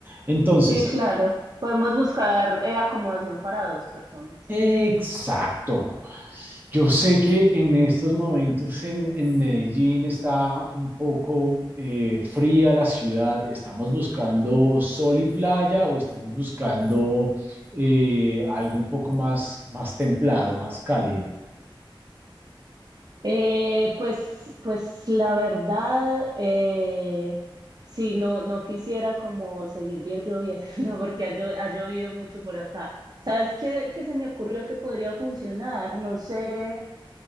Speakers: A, on the right (about 20°); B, on the right (about 50°).
A: Entonces,
B: Sí, claro. Podemos buscar eh, acomodación para dos personas.
A: exacto. Yo sé que en estos momentos en, en Medellín está un poco eh, fría la ciudad. ¿Estamos buscando sol y playa o estamos buscando eh, algo un poco más, más templado, más cálido?
B: Eh, pues, pues la verdad, eh, sí, no, no quisiera como seguir bien lloviendo <laughs> porque ha, llo- ha llovido mucho por acá. ¿Sabes qué, qué se me ocurrió que podría funcionar? No sé,